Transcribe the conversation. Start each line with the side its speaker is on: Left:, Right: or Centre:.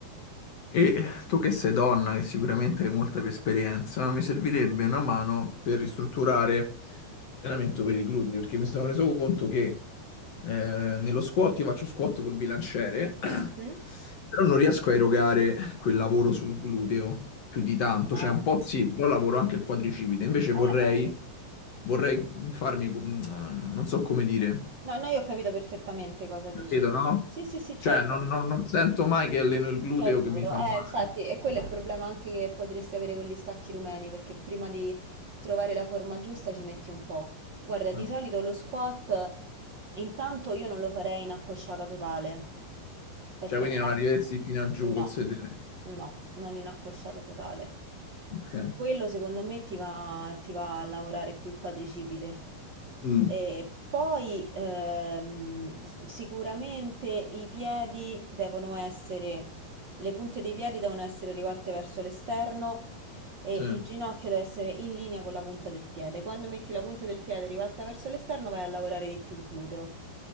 Left: e tu che sei donna che sicuramente hai molta più esperienza, mi servirebbe una mano per ristrutturare allenamento per il glutine perché mi sono reso conto che eh, nello squat io faccio squat col bilanciere, <clears throat> però
Right: Mhm.
Left: non riesco a erogare quel lavoro sul gluteo più di tanto,
Right: Ah,
Left: cioè un po'
Right: eh,
Left: sì, però lavoro anche il quadricipite, invece vorrei,
Right: eh.
Left: vorrei farmi, mm, non so come dire,
Right: No, no, io ho capito perfettamente cosa dici.
Left: capito, no?
Right: Sì, sì, sì, certo.
Left: Cioè non, non- non sento mai che alleno il gluteo
Right: Che è il gluteo.
Left: che mi fa
Right: Eh,
Left: male,
Right: infatti, e quello è il problema anche che potresti avere con gli stacchi rumeni, perché prima di trovare la forma giusta ci metti un po'. Guarda,
Left: no?
Right: di solito lo squat, intanto io non lo farei in accosciata totale, perché
Left: Cioè quindi
Right: nella...
Left: non arriveresti fino a giù
Right: No,
Left: col sedere.
Right: no, non in accosciata totale.
Left: Ok.
Right: Quello secondo me ti va, ti va a lavorare più il quadricipite.
Left: Mm.
Right: E poi ehm, s- sicuramente i piedi devono essere le punte dei piedi devono essere rivolte verso l'esterno e
Left: Sì.
Right: il ginocchio deve essere in linea con la punta del piede. Quando metti la punta del piede rivolta verso l'esterno vai a lavorare di più il gluteo.